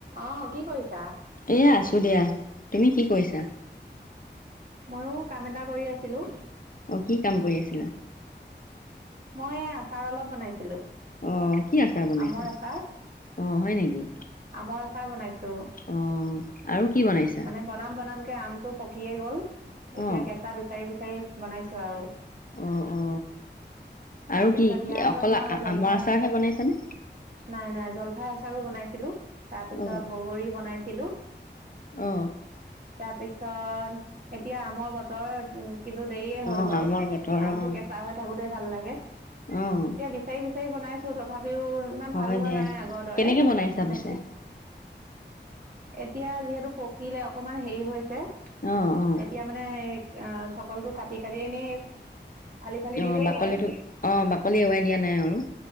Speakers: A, on the right; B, on the left.
A: অ, কি কৰিছা?
B: এইয়া আছো দিয়া তুমি কি কৰিছা?
A: ময়ো কাম এটা কৰি আছিলো।
B: অ, কি কাম কৰি আছিলা?
A: মই আচাৰ অলপ বনাইছিলো।
B: অঁ, কি আচাৰ বনাইছা?
A: আমৰ আচাৰ,
B: অঁ, হয় নেকি?
A: আমৰ আচাৰ বনাইছো
B: অ আৰু কি বনাইছা
A: মানে বনাম-বনাম কে আমটো পকিয়ে গল এতিয়া
B: অ
A: কেঁচা বিচাৰি-বিচাৰি বনাইছো আৰু।
B: অ অ আৰু
A: তাৰপিছত
B: কি কি
A: ইয়াৰ আগত
B: অকল
A: মই
B: আ-
A: জলফাই।
B: আমৰ আচাৰহে বনাইছানে
A: নাই, নাই, জলফাই আছাৰো বনাইছিলোঁ তাৰপিছত
B: অ
A: বগৰী বনাইছিলোঁ।
B: অ'।
A: তাৰপিছত এতিয়া আমৰ বতৰ উম কিন্তু দেৰিয়ে হ'ল
B: অ
A: বাৰু
B: আমৰ বতৰ
A: আমটো
B: অ
A: কেঁচা হৈ থাকোতেই ভাল লাগে।
B: অ'।
A: এতিয়া বিচাৰি, বিচাৰি বনাইছোঁ তথাপিও ইমান
B: হয়
A: ভাল হোৱা
B: দিয়া
A: নাই আগৰ দৰে।
B: কেনেকে বনাইছা পিছে
A: এতিয়া যিহেতু পকিলে অকমান হেৰি হৈছে।
B: অ', অ'।
A: এতিয়া মানে এই আ, চকলটো কাটি, কাটি এনেই ফালি ফালি
B: অ',
A: দিলেও
B: বাকলিটো
A: হয়
B: অ', বাকলি এৰোৱাই দিয়া নাই আৰু।